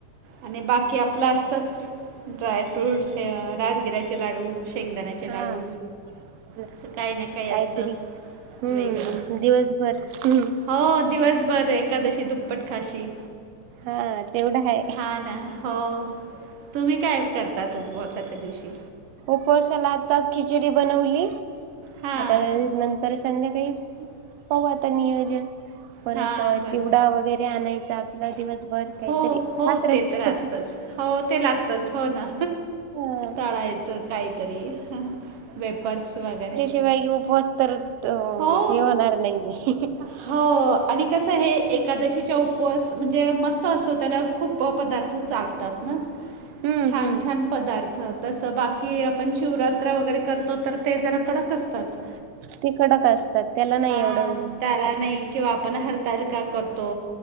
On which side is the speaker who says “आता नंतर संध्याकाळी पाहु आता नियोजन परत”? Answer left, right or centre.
Right